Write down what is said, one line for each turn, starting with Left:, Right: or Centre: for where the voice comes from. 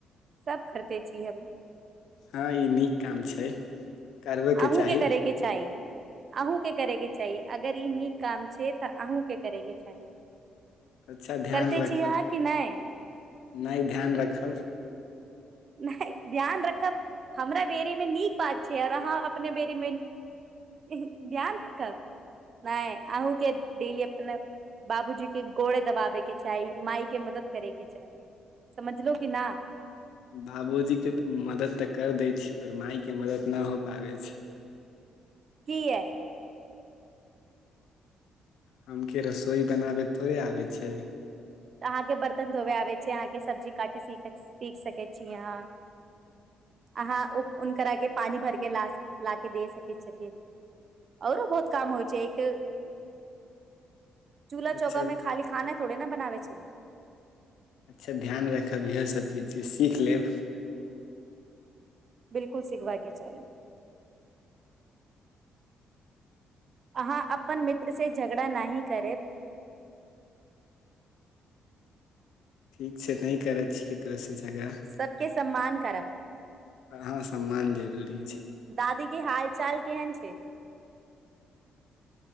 Right: सब करते छी हम
Left: हँ ई नीक काम छै करबयके
Right: अहूंके
Left: चाही
Right: करैके चाही अहूँके करेके चाही। अगर ई नीक काम छै तऽ अहूँ के करै के चाही
Left: अच्छा ध्यान
Right: करते
Left: राखब
Right: छी आहाँ कि नय?
Left: नहि ध्यान रखब
Right: नहि ध्यान रखब, हमरा बेरीमे नीक बात छै अर अहाँ अपने बेरीमे ऊंह ध्यान कब, नहि अहूँके डेली अपना बाबूजी के गोड़ दबाबेके चाही, माई के मदद करेके चाही समझलू कि ना?
Left: बाबूजीके तऽ मदद तऽ कर दै छियै पर मायके मदद ना हो पाबै छै
Right: कीया
Left: हमके रसोइ बनाबै थोड़े आबै छै
Right: तऽ अहाँके बर्तन धोवे आबै छै, अहाँके सब्जी काटे सिखय सीख सकै छी अहाँ आहाँ उ उनकरा के पानी भरके ला ला के दे सकै छथिन औरो बहुत काम होइ छै एक चूल्हा
Left: अच्छा
Right: चौका में खाली खाना थोड़े न बनावै छै
Left: अच्छा ध्यान रखब इहे सभ चीज जे सीख लेब
Right: बिलकुल सिखबा के चाही आहाँ अपन मित्र से झगड़ा नाहि करेब
Left: ठीक छै नहि करै छि स झगड़ा,
Right: सबके सम्मान करब
Left: आर हा सम्मान जरूरी छै
Right: दादी के हाल चाल केहन छै